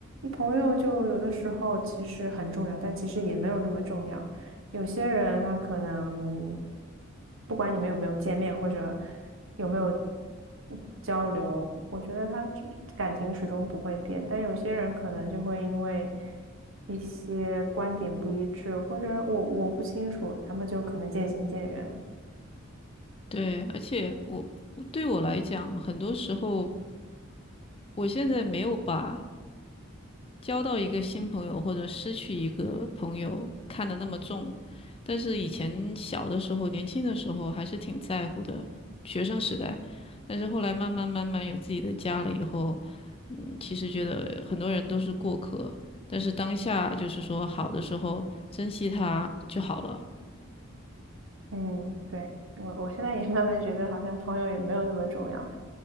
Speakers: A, on the right; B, on the left.
A: 朋友就有的时候其实很重要，但其实也没有那么重要。有些人他可能不管你们有没有见面，或者。有没有交流，我觉得他感情始终不会变。但有些人可能就会因为一些观点不一致，或者我我不清楚，他们就可能渐行渐远。
B: 对，而且我对我来讲，很多时候我现在没有把交到一个新朋友或者失去一个朋友看得那么重，但是以前小的时候、年轻的时候还是挺在乎的，学生时代。但是后来慢慢慢慢有自己的家了以后，嗯，其实觉得很多人都是过客，但是当下就是说好的时候珍惜他就好了。
A: 嗯，对，我我现在也慢慢觉得好像朋友也没有那么重要，